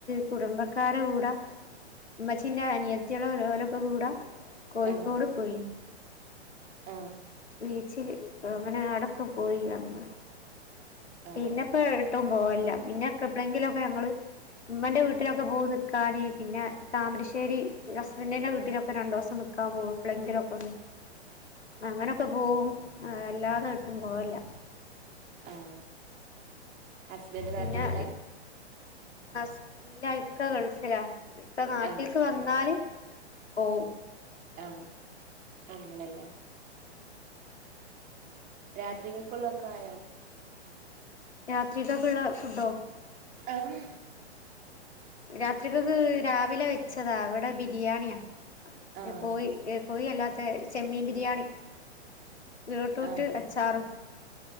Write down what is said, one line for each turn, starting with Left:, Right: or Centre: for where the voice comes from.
Left: കുടുംബക്കാര കൂടാ ഉമ്മച്ചിന്റെ അനിയത്തിയള് ലോലൊക്കെ കൂടാ കോഴിക്കോട്
Right: ആ
Left: പോയി
Right: ആ
Left: ബീച്ചില് അങ്ങനെ ആടക്കെ പോയി വന്ന്
Right: ആ
Left: പിന്നെപ്പ ഇട്ടും പോവല്ല പിന്നെ ഒക്കെ എപ്പളെങ്കിലും ഒക്കെ ഞങ്ങള് ഉമ്മന്റെ വീട്ടിലൊക്കെ പോയി നിക്കാന് പിന്നെ താമരശ്ശേരി ഹസ്ബൻന്റിന്റെ വീട്ടിലൊക്കെ രണ്ട് ദിവസം നിക്കും. ആ പോവും എപ്പളെങ്കിലും ഒക്കെ ഒന്ന്
Right: <inaudible>
Left: അങ്ങനൊക്കെ പോവും അല്ലാതെ ഒരിടത്തും പോവില്ല.
Right: ആഹ് ഹസ്ബന്റ് നാട്ടിലില്ല
Left: പിന്നെ ഹസ് ഇല്ല ഇക്ക ഗൾഫിലാ ഇക്ക നാട്ടില്ക്ക്
Right: ആ
Left: വന്നാല് പോവും
Right: ആഹ് അങ്ങനല്ലേ
Left: ഉം
Right: രാത്രികൾക്കുള്ളൊക്കെ ആയോ
Left: രാത്രിലേക്കുള്ള ഫുഡോ
Right: ആഹാ
Left: രാത്രികക്ക് രാവിലെ വെച്ചതാ ഇവിടെ ബിരിയാണിയാ
Right: ആ
Left: കോഴി ഏഹ് കോഴി അല്ലാത്ത ചെമ്മീൻ ബിരിയാണി ബീട്രൂട്ട്
Right: ആഹ്
Left: അച്ചാറും